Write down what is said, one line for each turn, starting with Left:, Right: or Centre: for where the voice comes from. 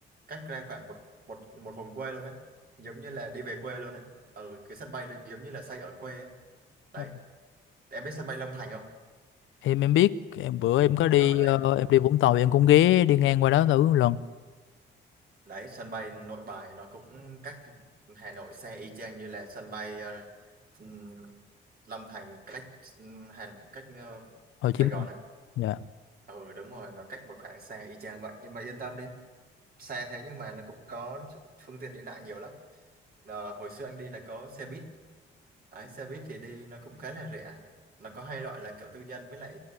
Right: cách ra khoảng một một một vùng quê luôn đấy giống như là đi về quê luôn đấy ở cái sân bay là giống như là xây ở quê ấy. đấy
Left: Ừ.
Right: em biết sân bay Long Thành không
Left: em em biết em bữa em có đi
Right: ở đấy
Left: ờ, em đi Vũng Tàu thì em cũng ghé đi ngang qua đó thử một lần
Right: Đấy, sân bay Nội Bài nó cũng cách Hà Nội xe y chang như là sân bay ờ, ừm, Long Thành cách ừm, Hà cách ờ,
Left: Hồ
Right: Sài
Left: Chí Minh
Right: Gòn đấy.
Left: dạ
Right: Ừ đúng rồi, nó cách một khoảng xe y chang vậy nhưng mà yên tâm đi, xe thế nhưng mà nó cũng có phương tiện đi lại nhiều lắm. Ờ, hồi xưa anh đi là có xe buýt Đấy, xe buýt thì đi nó cũng khá là rẻ nó có hai loại là kiểu tư nhân với lại